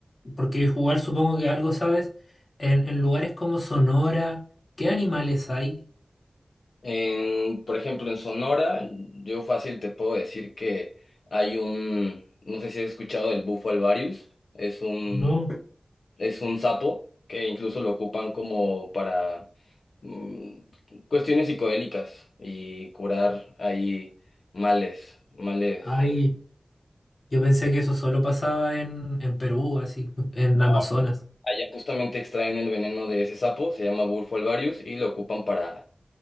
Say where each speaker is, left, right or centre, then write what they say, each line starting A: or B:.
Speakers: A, on the left; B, on the left.
A: porque igual supongo que algo sabes, en, en lugares como Sonora, ¿qué animales hay?
B: En, por ejemplo, en Sonora, yo fácil te puedo decir que hay un, no sé si has escuchado del bufo alvarius, es un,
A: No,
B: es un sapo que incluso lo ocupan como para mm, cuestiones psicodélicas y curar ahí males, males.
A: hay. Yo pensé que eso solo pasaba en, en Perú, así, en
B: No,
A: Amazonas.
B: allá justamente extraen el veneno de ese sapo, se llama bufo alvarius y lo ocupan para,